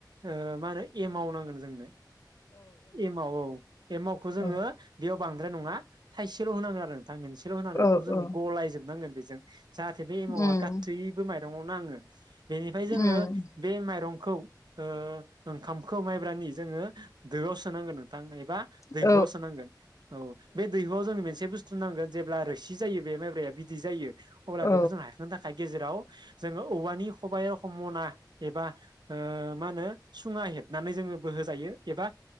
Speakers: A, on the right; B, on the left.
A: ओ‌ मा होनो एमाव नांगोन जोंनो। एमाव औ। एमावखौ जोङो
B: औ
A: बेयाव बांद्राय नङा थाइसेल' होनांगोन आरो नोंथाङा मोनसेल' होना बेखौ
B: औ
A: जोङो
B: औ
A: गलायजोबनांगोन बेजों। जाहाथे बे एमावा
B: उम
A: गासैबो माइरंयाव नाङो। बेनिफ्राय जोङो
B: उम
A: बे माइरंखौ ओ ओंखामखौ माइब्रानि जोंङो दोआव स सोनांगोन नोंथां एबा दैहुआव
B: औ
A: सोनांगोन। औ बे दैहुआव जोंनो मोनसे बुस्थु नांगोन जेब्ला रोसि जायो बे माइब्राया बिदै जायो अब्ला
B: औ
A: बेखौ जों हायखांनो थाखाय गेजेराव जोंङो औवानि खबाइ रोखोम मना एबा ओ मा होनो सुङा हेबनानै जोंङो बोहोजायो एबा